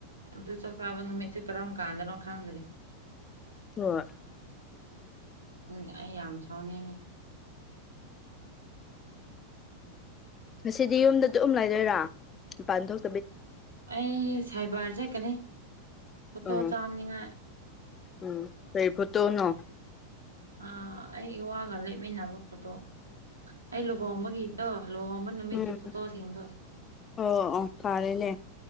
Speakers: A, on the right; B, on the left.
A: ꯑꯗꯨ ꯆꯥꯛ ꯆꯥꯕ ꯅꯨꯃꯤꯠꯁꯦ ꯀꯔꯝ ꯀꯥꯟꯗꯅꯣ ꯈꯪꯗ꯭ꯔꯤ
B: ꯍꯣꯏ
A: ꯎꯝ ꯑꯩ ꯌꯥꯝ ꯁꯥꯎꯅꯤꯡꯉꯤ
B: ꯉꯁꯤꯗꯤ ꯌꯨꯝꯗ ꯑꯗꯨꯝ ꯂꯩꯗꯣꯏꯔꯥ ꯃꯄꯥꯟ ꯊꯣꯛ
A: ꯑꯩ ꯁꯥꯏꯕꯔ ꯆꯠꯀꯅꯤ ꯐꯣꯇꯣ
B: ꯎꯝ
A: ꯆꯥꯝꯅꯤꯡꯉꯥꯏ
B: ꯎꯝ ꯀꯩ ꯐꯣꯇꯣꯅꯣ
A: ꯑꯥ ꯑꯩ ꯏꯋꯥꯒ ꯂꯦꯞꯃꯤꯟꯅꯕ ꯐꯣꯠꯇꯣ ꯑꯩ ꯂꯨꯍꯣꯡꯕꯒꯤꯗꯣ ꯂꯨꯍꯣꯡꯕ ꯅꯨꯃꯤꯠꯀꯤ
B: ꯎꯝ
A: ꯐꯨꯠꯇꯣꯁꯤꯡꯗꯣ
B: ꯑꯣ ꯑꯣ ꯐꯥꯔꯦꯅꯦ